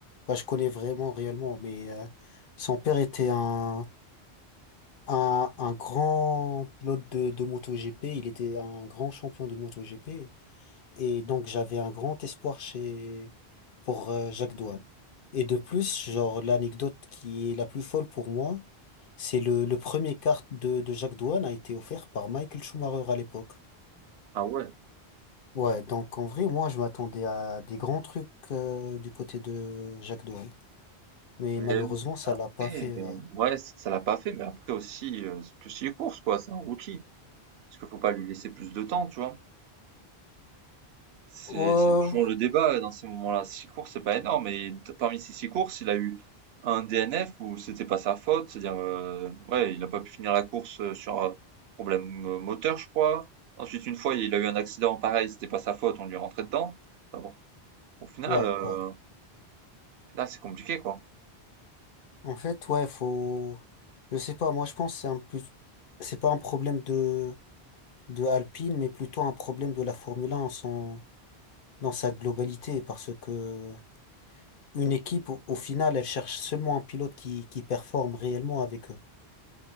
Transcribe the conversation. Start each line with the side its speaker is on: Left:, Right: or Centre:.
Left: ouais, je connais vraiment, réellement, mais euh, son père était un, un, un grand pilote de, de MotoGP. Il était un grand champion de MotoGP. Et donc, j'avais un grand espoir chez, pour euh, Jacques Douane. Et de plus, genre, l'anecdote qui est la plus folle pour moi, c'est le, le premier kart de, de Jacques Douane a été offert par Michael Schumacher à l'époque.
Right: Ah ouais.
Left: Ouais, donc en vrai, moi, je m'attendais à des grands trucs euh, du côté de Jacques Douane. Mais
Right: Mais
Left: malheureusement, ça l'a pas
Right: ouais,
Left: fait, ouais.
Right: ouais, c- ça l'a pas fait, mais après aussi, euh, c'est que six courses, quoi, c'est un rookie. Parce qu'il faut pas lui laisser plus de temps, tu vois. C'est
Left: Euh,
Right: c'est toujours le débat dans ces moments-là. six courses, c'est pas énorme et d parmi ces 6 courses, il a eu un DNF où c'était pas sa faute, c'est-à-dire, heu, ouais, il a pas pu finir la course, heu, sur, heu, problème, heu, moteur, je crois. Ensuite, une fois, il a eu un accident, pareil, c'était pas sa faute, on lui est rentré dedans. Enfin bon, au final,
Left: ouais,
Right: heu,
Left: ouais.
Right: au final, c'est compliqué, quoi.
Left: En fait, ouais, faut. Je sais pas, moi, je pense que c'est un plus. C'est pas un problème de. de Alpine, mais plutôt un problème de la Formule un en son- dans sa globalité, parce que une équipe, au, au final, elle cherche seulement un pilote qui, qui performe réellement avec eux.